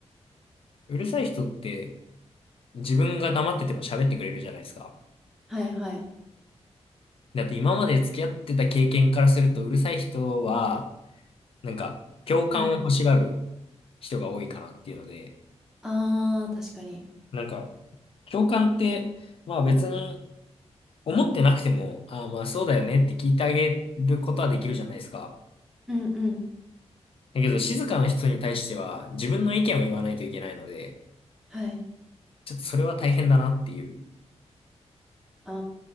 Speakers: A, on the left (about 50°); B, in the centre.
A: うるさい人って、自分が黙ってても喋ってくれるじゃないですか。
B: はいはい。
A: だって今まで付き合ってた経験からすると、うるさい人は、なんか、共感を欲しがる
B: うん。
A: 人が多いかなっていうので、
B: ああ、確かに。
A: なんか、共感って、まあ別に思ってなくても、ああまあそうだよねって聞いてあげることはできるじゃないですか。
B: うんうん。
A: だけど静かな人に対しては自分の意見を言わないといけないので、
B: はい。
A: ちょっとそれは大変だなっていう。
B: あ